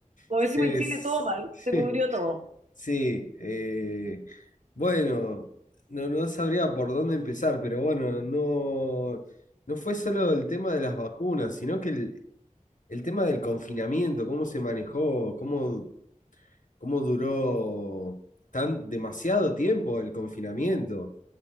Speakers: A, on the right; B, on the left.
A: Como
B: Sí,
A: decimos en Chile, todo mal,
B: sí,
A: se pudrió todo.
B: sí, eh, bueno, no, no sabría por dónde empezar, pero bueno, no, no fue solo el tema de las vacunas, sino que el, el tema del confinamiento, cómo se manejó, cómo, cómo duró tan demasiado tiempo el confinamiento.